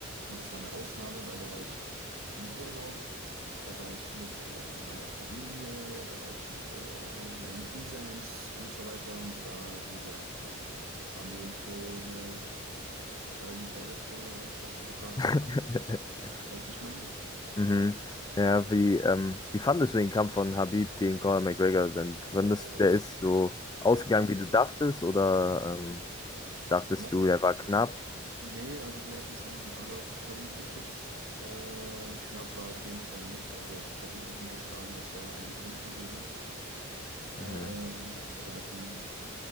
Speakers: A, on the right; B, on the left.
A: Und das war eine Ausnahme, weil da war ich im Urlaub, da war ich mit äh, meiner Familie, da war ich mit äh, meinen Cousins und so weiter. Und da sind wir einfach dann, haben wir uns so eine 2 Liter Red Bull äh, Flasche gepackt
B: <laughs>
A: und dann, weiß ich mein.
B: Mhm. Ja, wie, ähm, wie fandest du den Kampf von Habib gegen Conor McGregor denn?
A: Also
B: Fandest du, der
A: es,
B: ist so ausgegangen,
A: ja, knapp-
B: wie du dachtest, oder ähm, dachtest
A: ja.
B: du, der war knapp?
A: Nee, also wir hatten schon alle auf Khabib getippt. Ähm, knapp war auf jeden Fall nicht. Also Khabib hat ihn geschlagen, als wäre er ein Kind gewesen. Ähm,
B: Mhm.
A: also da hat ihn,